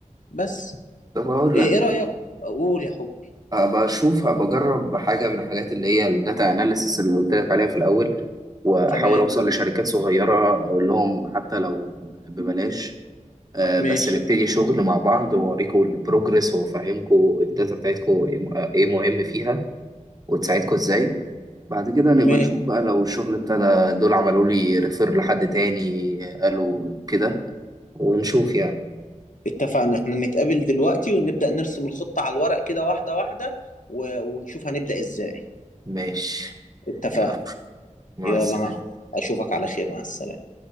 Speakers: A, on the left (about 80°); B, on the right (about 30°).
A: بس
B: طب اقول
A: إيه,
B: لك
A: إيه رأيك؟ قول يا حبي
B: بشوف بجرب حاجة من الحاجات اللي هي الداتا اناليسيس اللي قلت لك عليها في الأول وأحاول
A: تمام
B: أوصل لشركات صغيرة أقول لهم حتى لو ببلاش آه، بس
A: ماشي
B: نبتدي شغل مع بعض وأوريكم البروجرس وأفهمكم الداتا بتاعتكم إيه مهم فيها وتساعدكم إزاي بعد كده نبقى
A: ماشي
B: نشوف بقى لو الشغل ابتدى دول عملوا لي ريفير لحد تاني قالوا كده ونشوف يعني
A: اتفقنا إحنا نتقابل دلوقتي ونبدأ نرسم الخطة على الورق كده واحدة واحدة و... ونشوف هنبدأ إزاي
B: ماشي
A: اتفقنا
B: يلا مع
A: يلا
B: السلامة
A: ما أشوفك على خير مع السلامة